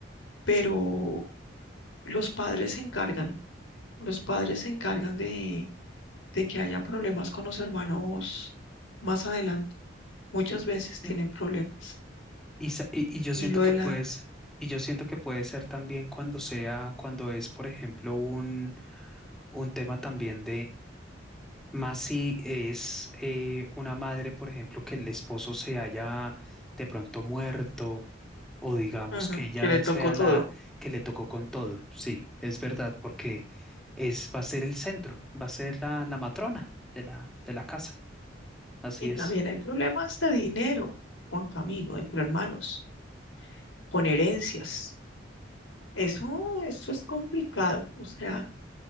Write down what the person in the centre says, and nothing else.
Mm.
Y, sa- y- y yo
siento
que
puedes, y yo siento que puede ser también cuando sea, cuando es, por ejemplo, un, un tema también Más si es eh, una madre, por ejemplo, que el esposo se haya de pronto muerto o digamos
que ella
sea
la que le tocó con todo. Sí, es verdad, porque es, va a ser el centro, va a ser la, la matrona de la, de la casa. Así
es.